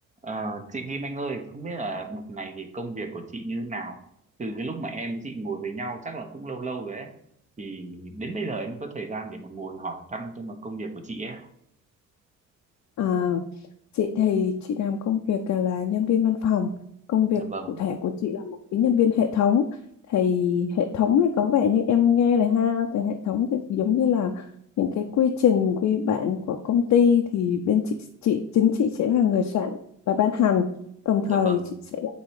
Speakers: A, on the right; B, on the left.
A: Ờ, chị Kim Anh ơi, không biết là một ngày thì công việc của chị như nào? Từ cái lúc mà em với chị ngồi với nhau chắc là cũng lâu lâu rồi ấy. Thì đến bây giờ em mới có thời gian để mà ngồi hỏi thăm xem là công việc của chị ấy.
B: À, chị thì chị làm công việc là nhân viên văn phòng. Công việc
A: Dạ vâng,
B: cụ thể của chị là một cái nhân viên hệ thống. Thì hệ thống thì có vẻ như em nghe này ha, thì hệ thống thì giống như là những cái quy trình quy bản của công ty thì bên chị chị chính chị sẽ là người soạn và ban hành. Đồng
A: dạ
B: thời
A: vâng,
B: chị sẽ